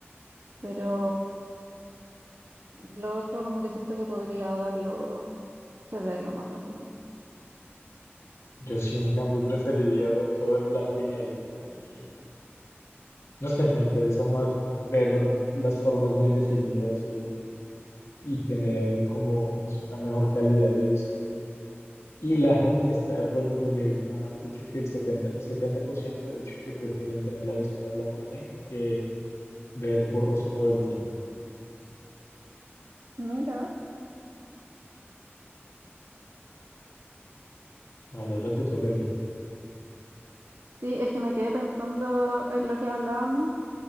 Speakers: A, on the right; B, on the left.
A: pero lo otro como que siento que podría darlo, cederlo más fácilmente.
B: Yo sí, en cambio, preferiría ver todo en blanco y negro. A mí, no sé, me interesa más ver las formas bien definidas y, y tener como, no sé, una mejor calidad de visión. Y la gente está de acuerdo conmigo. Han dicho que el setenta el 70% ha dicho que prefieren tener la visión a blanco y negro que ver borroso todo el tiempo.
A: Mira.
B: Vale, ahora
A: mm,
B: te toca a ti.
A: Sí, es que me quedé pensando en lo que hablábamos